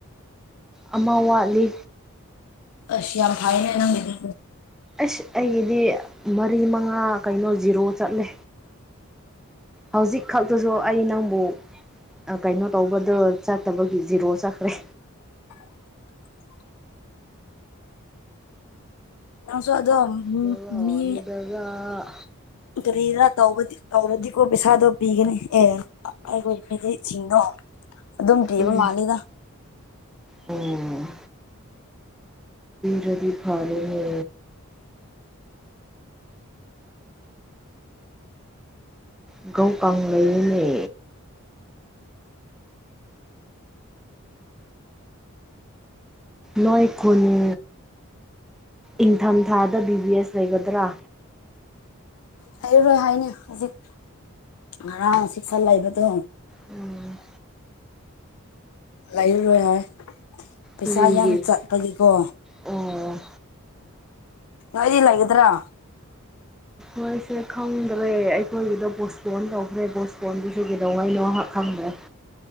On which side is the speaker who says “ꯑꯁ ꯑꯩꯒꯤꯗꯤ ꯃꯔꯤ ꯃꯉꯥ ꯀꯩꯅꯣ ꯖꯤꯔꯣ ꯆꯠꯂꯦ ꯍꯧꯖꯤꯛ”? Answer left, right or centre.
Centre